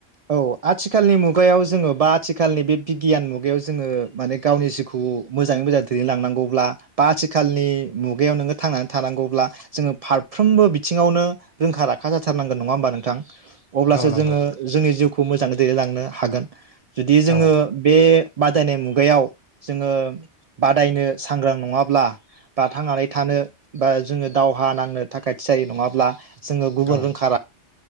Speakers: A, on the right; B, on the left.
A: औ आथिखालनि मुगायाव जोङो बा आथिखालनि बे बिगियान मुगायाव जोङो माने गावनि जिउखौ मोजाङै मोजां दैदेनलांनांगौब्ला बा आथिखालनि मुगायाव नोङो थांनानै थानांगौब्ला जोङो फारफ्रोमबो बिथिङावनो रोंखा राखा जाथारनांगोन नङा होमबा नोंथां। अब्लासो
B: औ नंगौ
A: जोङो। जिउखौ मोजाङै दैदेनलांनो हागोन । जुदि जोङो
B: औ
A: बे बादायनाय मुगायाव जोङो बादायनो सांग्रां नङाब्ला बा थांनानै थानो बा जोङो दावहा नांनो थाखाय थियारि नङाब्ला जोङो गुबुन
B: औ
A: रोंखा रा